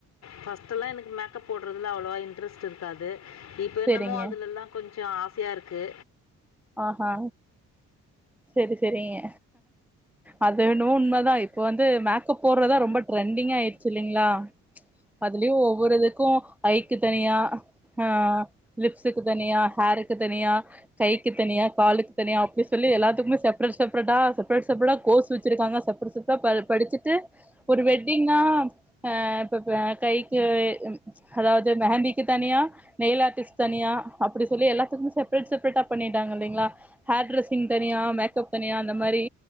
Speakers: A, on the left; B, in the centre.
A: ஃபஸ்ட்டெல்லா எனக்கு மேக்கப் போடுறதுல அவ்ளோவா இன்ட்ரெஸ்ட் இருக்காது இப்போ
B: செரிங்க
A: என்னமோ அதுலெல்லா கொஞ்ச ஆசையா இருக்கு
B: ஆஹா செரி செரிங்க அது என்னவோ உண்மதா இப்ப வந்து மேக்கப் போடுறதா ரொம்ப ட்ரெண்டிங்காயிடுச்சு இல்லைங்ளா அதுலயு ஒவ்வொரு இதுக்கு ஐக்கு தனியா ஹா லிப்ஸ்க்கு தனியா ஹேருக்கு தனியா கை கு தனியா காலுக் தனியா அப்டியே சொல்லி எல்லாத்துக்குமே செப்ரேட் செப்ரேட்டா கோஸ் வச்சிருக்கங்க செப்பர செப் ப்ப ப படிச்சுட்டு ஒரு வெட்டிங்னா ஆ ப்ப பப்ப கைக்கு ம் அதாவ்து மெகந்திக்கு தனியா நெய்ல் ஆர்டிஸ்ட் தனியா அப்டி சொல்லி எல்லாத்துக்குமே செப்ரேட் செப்ரேட்டா பண்ணிட்டாங்க இல்லைங்ளா ஹேர் டிரெஸிங் தனியா மேக்கப் தனியா அந்த மாரி